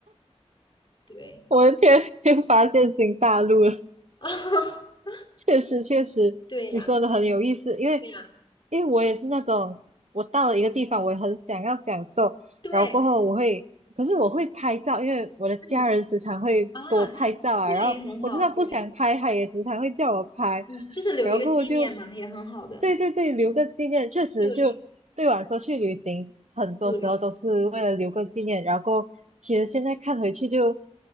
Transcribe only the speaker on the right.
<laughs> 我的天，<laughs> 又发现新大陆了。
确实确实，
你说的很有意思，因为
因为我也是那种，我到了一个地方，我也很想要享受，
然后过后我会，可是我会拍照，因为我的家人时常会给我拍照啊，
然后我就算不想拍，
他也时常会叫我拍，
然后过后就，
对对对，留个纪念，确实就对我来说去旅行，
很多时候都是为了留个纪念，
然后过后其实现在看回去就